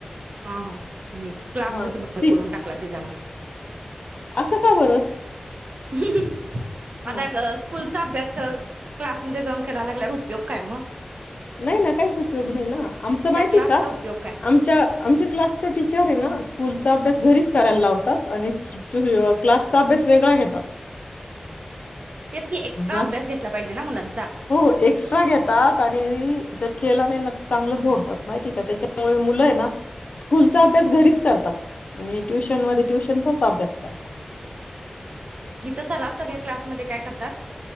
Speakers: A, on the right; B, on the left.
A: हा हा मी क्लासच
B: हा
A: बंद
B: सी
A: करून टाकला तिजा मग
B: असं का बरं
A: हं हं
B: हा
A: आता ग स्कूल चा अभ्यास क्लास मध्ये जाऊन कराय लागल्यावर उपयोग काय मग
B: नाही ना काहीच उपयोग नाही ना आमचं माहितेय
A: त्या क्लासचा
B: का
A: उपयोग काय
B: आमच्या आमच्या क्लासच्या टीचरेना असं स्कूलचा अभ्यास घरीच करायला लावतात आणि स टू अ क्लासचा अभ्यास वेगळा घेतात
A: तेच की एक्स्ट्रा
B: मस्त
A: अभ्यास घेतला पाहिजे ना मुलांचा
B: हो एक्स्ट्रा घेतात आणि जर केला नाही न तर चांगलं झोडतात माहितेय का त्याच्यामुळे मुलय ना स्कूलचा अभ्यास घरीच करतात आणि ट्युशन मध्ये ट्युशनचाच अभ्यास करतात
A: हितं सर्रास सगळ्या क्लास मध्ये काय करतात